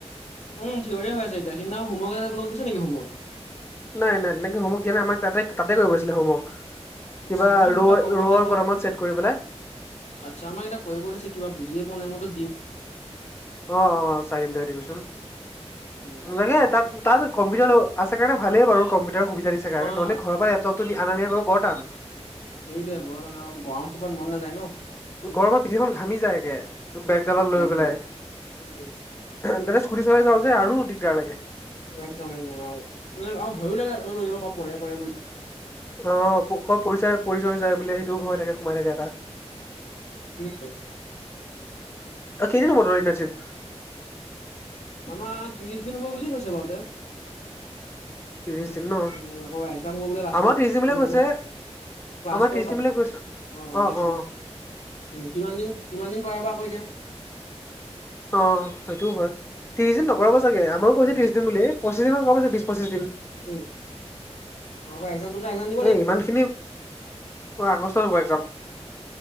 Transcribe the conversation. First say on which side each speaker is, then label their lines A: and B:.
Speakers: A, on the left; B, on the left.
A: উম থিয়ৰি হৈ আছে এতিয়া সেইদিনাখন হোমৰ্ক তোক দিছে নে হোমৰ্ক
B: নাই নাই তেনেকে হোমৱৰ্ক দিয়া নাই আমাক তাতে তাতে কৰিব দিছিলে হোমৱৰ্ক
A: আচ্ছা
B: কিবা
A: আমাক
B: ৰৌ
A: কৰিব
B: ৰৌৰ
A: দিছে
B: কলমত ছেট কৰি পেলাই
A: আচ্ছা আমাক এতিয়া কৰিব দিছে কিবা বুজিয়ে পোৱা নাই মইতো
B: অঁ অঁ চাই দিম দে দিবিচোন
A: উম
B: লাগে তাত তাত কম্পিটাৰতো আছে কাৰণে ভালেই বাৰু কম্পি টাৰ সুবিধা দিছে
A: অ'।
B: কাৰণে নহলে লেপটপটো আনা নিয়া কৰিব বৰ তান
A: এইটোৱে বৰ মানে গৰমৰ কোবতে মন নাযায় ন
B: গৰমত পিঠিখন ঘামি যায়গে বেগ দালত লৈ
A: একদম।
B: পেলাই
A: উম
B: তাতে স্কুটি চলাই যাওঁ যে আৰু দিগদাৰ লাগে।
A: একদম একদম আৰু আৰু ভয়ো লাগে এনেকুৱা পৰে পৰে বুলি।
B: অ ক পৰিচয় পৰিচয় যায় বোলে সেইটো ভয় থাকে সোমাই থাকে এটা।
A: উম।
B: অ কেইদিন হব তোৰ ইণ্টাৰ্ণশ্বিপ?
A: আমাৰ ত্ৰিশ দিন হ'ব বুলিয়ে কৈছে বাৰু তাত
B: ত্ৰিশ দিন ন
A: উম আকৌ এক্সাম হ'ব বোলে লাষ্টত।
B: আমাৰ ত্ৰিশ দিন বুলি
A: উম
B: কৈছে
A: মানে ক্লাছ
B: আমাৰ
A: কৰা
B: ত্ৰিশদিন
A: পিছত
B: বুলি কৈছে
A: অ' এতিয়া
B: অঁ
A: কিমান
B: অঁ।
A: উম কিমান দিন কিমান দিন কৰাবা কৈ দিয়া।
B: অঁ সেইটোও হয় ত্ৰিশ দিন নকৰাব চাগে আমাৰও কৈছে
A: উম
B: ত্ৰিশ দিন বুলি। পচিচিং কাম আছে বিশ পঁচিশ দিন।
A: উম। অঁ এক একজামতোত একজাম দি
B: এ ইমান খিনিত অ আগষ্টত হ'ব একজাম।